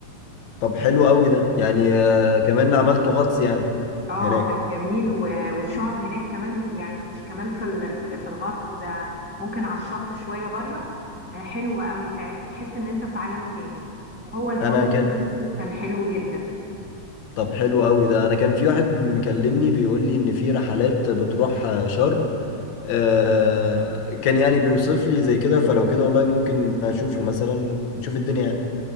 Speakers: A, on the left (about 70°); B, in the centre.
A: طب حلو قوي ده يعني آه، كمان عملت غطس يعني
B: اه
A: هناك
B: كان جميل و- والشعب هناك كمان يعني مش كمان في ال- في في الغطس ده ممكن على الشط شويه بره آه، حلو قوي تع- تحس ان انت في عالم تاني وهو الفندق
A: أنا كان
B: نفسه كان حلو جدا
A: طب حلو قوي ده أنا كان في واحد مكلمني بيقول لي إن في رحلات بتروح آه، شرم آه، كان يعني بيوصف لي زي كده فلو كده والله ممكن أشوفه مثلا ونشوف الدنيا يعني